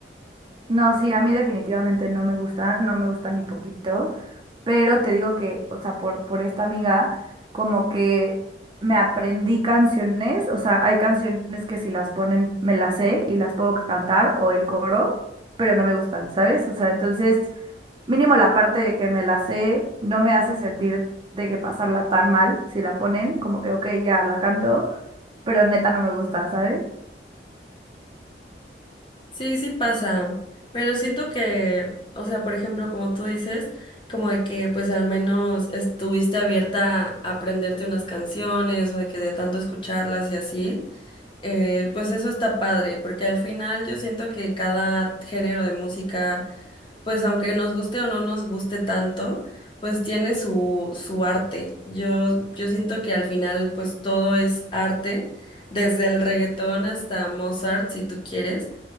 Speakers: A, on the right (about 30°); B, on the left (about 30°).
A: No, sí, a mí definitivamente no me gusta, no me gusta ni poquito, pero te digo que, o sea, por, por esta amiga, como que me aprendí canciones, o sea, hay canciones que si las ponen me las sé y las puedo cantar o el coro, pero no me gustan, ¿sabes? O sea, entonces, mínimo la parte de que me la sé no me hace sentir de que pasarla tan mal si la ponen, como que, ok, ya la canto, pero neta no me gusta, ¿sabes?
B: Sí, sí pasa, pero siento que, o sea, por ejemplo, como tú dices, como de que pues al menos estuviste abierta a aprenderte unas canciones o de que de tanto escucharlas y así, eh, pues eso está padre, porque al final yo siento que cada género de música, pues aunque nos guste o no nos guste tanto, pues tiene su, su arte. Yo, yo siento que al final pues todo es arte, desde el reggaetón hasta Mozart, si tú quieres